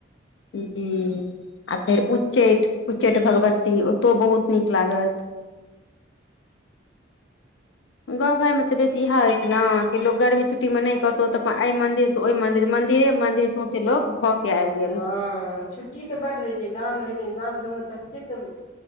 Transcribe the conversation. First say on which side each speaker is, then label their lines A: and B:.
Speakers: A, on the left; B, on the left.
A: जी आ फेर उच्चैठ उच्चैठ भगवती ओतहु बहुत नीक लागत गाँव घरमे तऽ बेसी इएह होइ छै ने कि लोक गर्मी छुट्टीमे नहि कहतौ तऽ अपन एहि मन्दिर सँ ओहि मन्दिर मिर। एहे मंदिर संसे लोकोग भऽ के आबि गेल
B: आ च छुट्टी तऽ बड्ड रहै छै। गाम लेकिन गाम सभमे ततेक